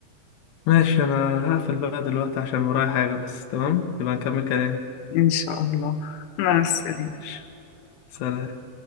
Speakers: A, on the left; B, on the left.
A: ماشي انا هقفل بقى دلوقتي عشان ورايا حاجه بس تمام يبقى نكمل كلام
B: إن شاء الله مع السلامة
A: ماشي سلام